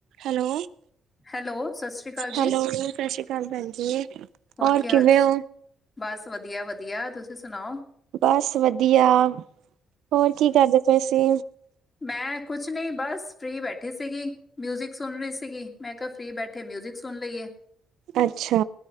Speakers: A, on the right (about 80°); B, on the left (about 25°).
A: ਹੈਲੋ।
B: ਹੈਲੋ, ਸਤਿ ਸ੍ਰੀ ਅਕਾਲ ਜੀ।
A: ਹੈਲੋ ਸਤਿ ਸ਼੍ਰੀ ਅਕਾਲ ਭੈਣ ਜੀ।
B: ਹੋਰ ਕੀ ਹਾਲ
A: ਕਿਵੇਂ
B: ਚ
A: ਹੋ?
B: ਬਸ ਵਧੀਆ, ਵਧੀਆ ਤੁਸੀਂ ਸੁਣਾਓ।
A: ਬਸ ਵਧੀਆ ਹੋਰ ਕੀ ਕਰਦੇ ਪੇ ਸੀ
B: ਮੈਂ ਕੁਛ ਨਹੀਂ ਬਸ ਫਰੀ ਬੈਠੀ ਸੀਗੀ ਮਿਊਜਿਕ ਸੁਣ ਰਹੀ ਸੀਗੀ ਮੈਂ ਕਿਹਾ ਫਰੀ ਬੈਠੇ ਮਿਊਜਿਕ ਸੁਣ ਲਈਏ।
A: ਅੱਛਾ